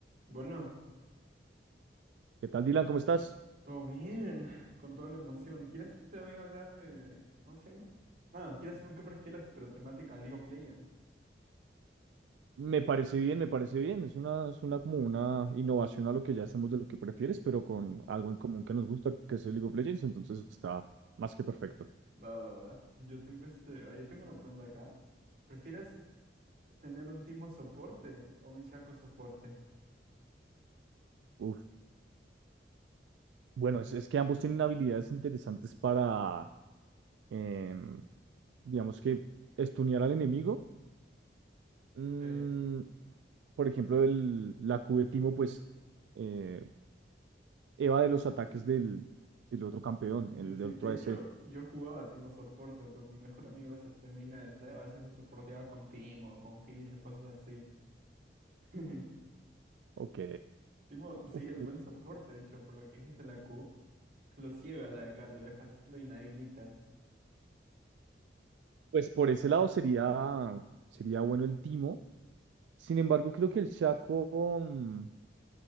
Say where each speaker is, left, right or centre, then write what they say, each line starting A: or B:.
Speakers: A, on the right; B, on the right.
A: Bueno,
B: ¿Qué tal, Dylan? ¿Cómo estás?
A: todo bien, con toda la emoción. ¿Quieres este hoy hablar de... ¿Cómo se llama? Ah, quieres hacer un qué prefieres, pero temática League of Legends.
B: Me parece bien, me parece bien. Es una, es una como una innovación a lo que ya hacemos de lo que prefieres, pero con algo en común que nos gusta, que es el League of Legends, entonces está más que perfecto.
A: Va, va, va. Yo tengo este... ah, Yo tengo una pregunta acá. ¿Prefieres tener un Timo soporte o un Shaco soporte?
B: Uf. Bueno, es, es que ambos tienen habilidades interesantes para, em, digamos que, estunear al enemigo. Mm,
A: Sí.
B: por ejemplo, el, la Q de Timo, pues, eh, eva de los ataques del, del otro campeón, el,
A: Sí, sí.
B: de otro
A: De
B: ADC.
A: hecho, yo jugaba Timo soporte con mi mejor amigo, es este Mina de C. A veces lo soporteaba con Timo, con Fizz o cosas así. <laughs>
B: Ok.
A: Timo, sí,
B: Uf,
A: es buen soporte, de hecho, por lo que dices de la Q. Lo ciega la de carry, lo dejas, lo inhabilitas.
B: Pues por ese lado sería, sería bueno el Timo. Sin embargo, creo que el Shaco, mm,